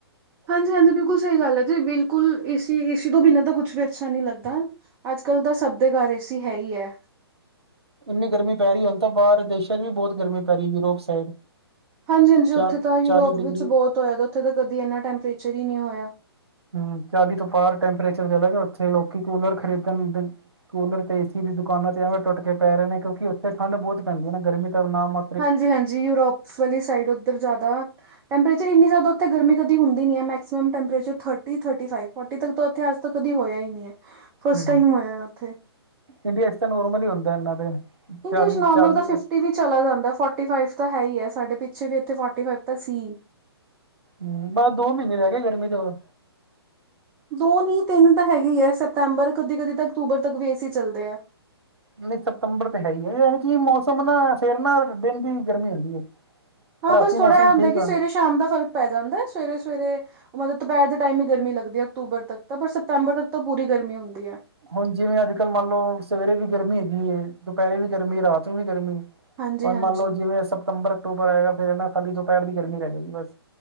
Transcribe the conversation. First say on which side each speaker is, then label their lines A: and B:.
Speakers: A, on the right; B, on the right.
A: ਹਾਂਜੀ, ਹਾਂਜੀ ਬਿਲਕੁਲ ਸਹੀ ਗੱਲ ਹੈ ਜੀ। ਬਿਲਕੁ ਬਿਲਕੁਲ ਏਸੀ, ਏਸੀ ਤੋਂ ਬਿਨਾਂ ਤਾਂ ਕੁਛ ਵੀ ਅੱਛਾ ਨਹੀਂ ਲੱਗਦਾ। ਅੱਜ ਕੱਲ੍ਹ ਤਾਂ ਸਭ ਦੇ ਘਰ ਏ ਸੀ ਹੈ ਈ ਐ ।
B: ਇੰਨੀ ਗਰਮੀ ਪੈ ਰਹੀ। ਹੁਣ ਤਾਂ ਬਾਹਰ ਦੇਸ਼ਾਂ ਚ ਵੀ ਬਹੁਤ ਗਰਮੀ ਪੈ ਰਹੀ ਹੈ। Europe side.
A: ਹਾਂਜੀ, ਹਾਂਜੀ। ਉੱਥੇ
B: ਚ
A: ਤਾਂ ਯੂਰੋਪ
B: ਚਾਲੀ ਡਿਗਰੀ
A: ਵਿੱਚ ਬਹੁਤ ਹੋਇਆ। ਉੱਥੇ ਤਾਂ ਕਦੀ ਇੰਨਾ ਟੈਂਪਰੇਚਰ ਹੀ ਨਹੀਂ ਹੋਇਆ।
B: ਹੂੰ ਚਾਲੀ ਤੋਂ ਬਾਹਰ ਟੈਂਪਰੇਚਰ ਚਲੇ ਗਿਆ ਉੱਥੇ ਲੋਕੀ ਕੂਲਰ ਖਰੀਦਣਦੇ। ਕੂਲਰ ਤੇ ਏਸੀ ਦੀ ਦੁਕਾਨਾਂ ਤੇ ਐਵੇਂ ਟੁੱਟ ਕੇ ਪੈ ਰਹੇ ਨੇ ਕਿਉਂਕਿ ਉੱਥੇਠੰਢ ਬਹੁ ਪੈਂਦੀ ਹੈ ਨਾ ਗਰਮੀ ਤਾਂ ਨਾ ਮ
A: ਹਾਂਜੀ, ਹਾਂਜੀ। ਯੂਰੋਪ ਵਾਲੀ ਸਾਈਡ ਉੱਧਰ ਜ਼ਿਆਦਾ ਟੈਂਪਰੇਚਰ ਇੰਨੀ ਜ਼ਿਆਦਾ ਉੱਥ ਗਰਮੀ ਕਦੀ ਹੁੰਦੀ ਨਹੀਂ ਹੈ। Maximum temperature thirty, thirty five forty ਤੱਕ ਉਥੇ ਅਜ ਤ ਕਦੀ ਹੋਇਆ ਹੀ ਨ ਨਹੀਂ ਹੈ। ਫਸਟ
B: ਹੂੰ
A: ਟਾਈਮ ਹੋਇਆ ਉੱਥੇ।
B: ਇੰਡੀਆ ਚ ਤਾਂ ਨੋਰਮਲ ਹੀ ਹੁੰਦਾ ਇਹਨਾਂ ਤੇ
A: ਇੰਡੀਆ
B: ਚਾਲੀ
A: ਚ ਨੋਰਮਲ
B: ਚਾਲੀ
A: ਦਾ ਫਿਫਟੀ ਵੀ ਚਲਾ ਜਾਂਦਾ ਫੋਰਟੀ ਫਾਈਵ ਤਾਂ ਹੈ ਹੀ ਹੈ। ਸਾਡੇ ਪਿੱਛੇ ਵੀ ਇੱਥੇ ਫੋਰਟੀ ਫਾਈਵ ਤਾਂ ਸੀ।
B: ਹੂੰ ਬਸ ਦੋ ਮਹੀਨੇ ਰਹਿ ਗਏ ਗਰਮੀ ਦੇ ਹੋਰ।
A: ਦੋ ਨੀ ਤਿੰਨ ਤਾਂ ਹੈਗੇ ਈ ਐ ਸਪਤੰਬਰ ਕਦੇ- ਕਦੇ ਤਾਂ ਅਕਤੂਬਰ ਤੱਕ ਵੀ ਏਸੀ ਚੱਲਦੇ ਆ।
B: ਨਹੀਂ ਸਤੰਬਰ ਤੇ ਹੈ ਹੀ ਹੈ ਯਾਨੀ ਕਿ ਮੌਸਮ ਨਾ ਫੇਿਰ ਨਾ ਦਿਨ ਦੀ ਗਰਮੀ ਹੁੰਦੀ ਹੈ।
A: ਹਾਂ
B: ਰਾਤੀ
A: ਬਸ ਥੋੜ੍ਹਾ
B: ਮੌਸਮ
A: ਇਹ ਹੁੰਦਾ
B: ਠੀਕ
A: ਕਿ ਸਵੇਰੇ ਸ਼ਾਮ ਦਾ ਫਰਕ ਪੈ ਜਾਂਦਾ ਸਵੇਰੇ- ਸਵੇਰੇ ਉਹ ਮਤਲਬ ਦੁਪਹਿਰ ਦੇ ਟਾਈਮ ਹੀ ਗਰਮੀ ਲੱਗਦੀ ਹੈ ਅਕਤੂਬਰ ਤੱਕ ਤਾਂ ਪਰ ਸਪਤੰਬਰ ਤੱਕ ਤਾਂ ਪੂਰੀ ਗਰਮੀ ਹੁੰਦੀ ਹੈ।
B: ਹੁਣ ਜਿਵੇਂ ਅੱਜਕੱਲ੍ਹ ਮੰਨ ਲਓ ਸਵੇਰੇ ਵੀ ਗਰਮੀ ਹੈਗੀ ਹੈ, ਦੁਪਹਿਰੇ ਵੀ ਗਰਮੀ, ਰਾਤ ਨੂੰ ਵੀ ਗਰਮੀ।
A: ਹਾਂਜੀ
B: ਹੁਣ
A: ਹਾਂਜੀ
B: ਮੰਨ ਲਓ ਜਿਵੇਂ ਸਪਤੰਬਰ-ਅਕਤੂਬਰ ਆਏਗਾ ਫਿਰ ਨਾ ਖਾਲੀ ਦੁਪਹਿਰ ਦੀ ਗਰਮੀ ਰਹਿ ਜਾਏਗੀ ਬਸ।